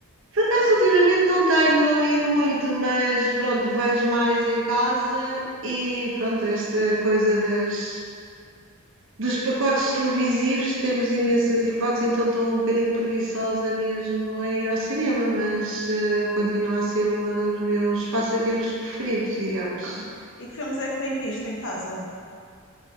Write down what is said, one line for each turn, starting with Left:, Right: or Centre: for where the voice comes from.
Right: Por acaso, ultimamente não tenho ido muito, mas pronto, vejo mais em casa e pronto, esta coisa das, dos pacotes televisivos, temos
Left: <laughs>
Right: imensas hipóteses, então estou um bocadinho preguiçosa mesmo a ir ao cinema, mas eh, continua a ser um dos meus passatempos preferidos, digamos.
Left: Sim. E que filmes é que tem visto em casa?